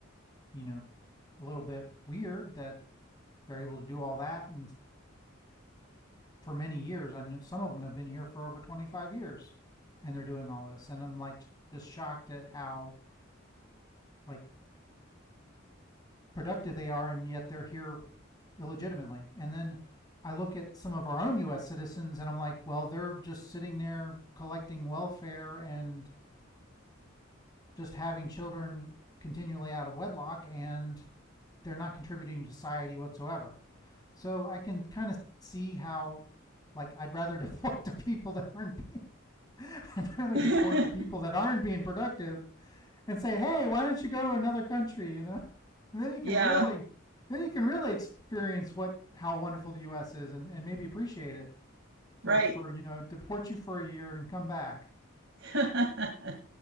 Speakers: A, on the left; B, on the right.
A: you know a little bit weird that they're able to do all that and for many years. I know some of them have been here for over 25 years and they're doing all this and I'm like just shocked at how like productive they are and yet they're here illegitimately. And then I look at some of our own US citizens and I'm like, well, they're just sitting there collecting welfare and just having children continually out of wedlock and they're not contributing to society whatsoever. So I can kind of see how like I'd rather <laughs> deport the people that aren't being I'd rather
B: <laughs>
A: deport the people that aren't being productive and say, "Hey, why don't you go to another country, you know?" <laughs> And then you can
B: Yeah,
A: really then you can really experience what how wonderful the US is and, and maybe appreciate it for
B: right.
A: for you know, deport you for a year and come back.
B: <laughs>